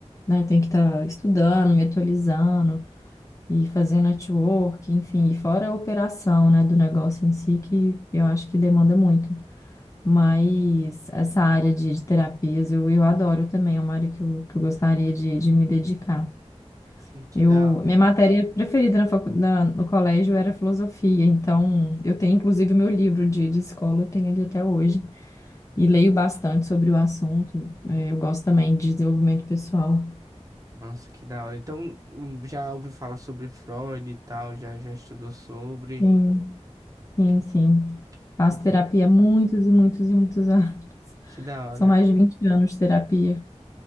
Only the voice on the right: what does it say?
Sim, que
da hora.
Nossa, que da hora. Então, hum, já ouviu falar sobre Freud e tal, já, já estudou sobre.
Que,
que da,
que da
hora.